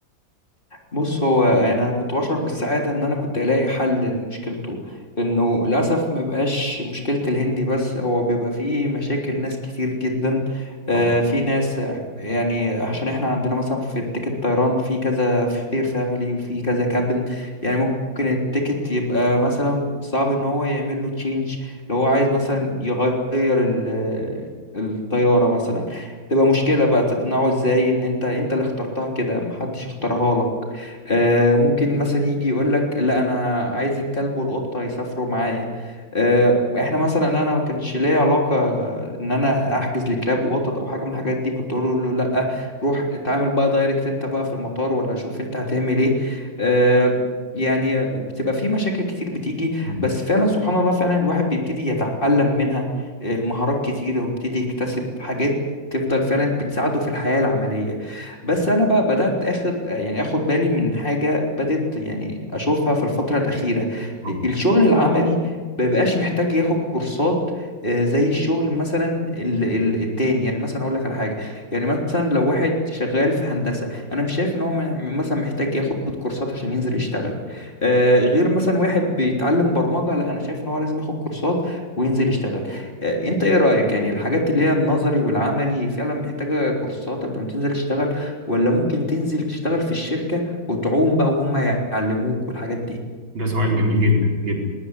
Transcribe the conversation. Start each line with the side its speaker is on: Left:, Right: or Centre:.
Left: بص هو انا كنت بشعر بالسعاده ان انا كنت الاقي حل لمشكلته انه للاسف ما بقاش مشكله الهندي بس هو بيبقى فيه مشاكل ناس كتير جدا آه،
Right: اه
Left: في ناس يعني عشان احنا عندنا مثلا في التيكت طيران في كذا فير فاميلي وفي كذا كابن يعني ممكن التيكت يبقى مثلا صعب ان هو يعمل له تشينج لو هو عايز مثلا يغير ال- الطياره مثلا تبقى مشكلة بقى تقنعه ازاي ان انت انت اللي اخترتها كده محدش اختارها لك آه، ممكن مثلا يجي يقول لك لا انا عايز الكلب والقطه يسافروا معايا آه، احنا مثلا انا ما كانش ليا علاقه آه، ان انا احجز لكلاب وقطط او حاجه من الحاجات دي كنت اقول له لا روح اتعامل بقى دايركت انت بقى في المطار ولا شوف انت هتعمل ايه آه، يعني بتبقى في مشاكل كتير بتيجي
Right: مم.
Left: بس فعلا سبحان الله فعلا الواحد بيبتدي يتعلم منها آه، مهارات كتير ويبتدي يكتسب حاجات تفضل فعلا بتساعده في الحياة العملية
Right: مم.
Left: بس انا بقى بدات اخد يعني اخد بالي من حاجه بدات يعني اشوفها في الفتره الاخيره
Right: اه
Left: الشغل العملي ما بقاش محتاج ياخد كورسات آه، زي الشغل مثلا ال- ال- التاني يعني مثلا اقول لك على حاجه يعني مثلا لو واحد شغال في هندسه انا مش شايف ان هو م- مثلا محتاج ياخد كورسات عشان ينزل يشتغل آه، غير مثلا واحد بيتعلم برمجه لا انا شايف ان هو لازم ياخد كورسات وينزل يشتغل آه، انت ايه رايك يعني الحاجات اللي هي النظري والعملي فعلا محتاجه كورسات قبل ما تنزل تشتغل ولا ممكن تنزل تشتغل في الشركة وتعوم بقى وهم يعلموك والحاجات دي
Right: ده سؤال جميل جدا جدا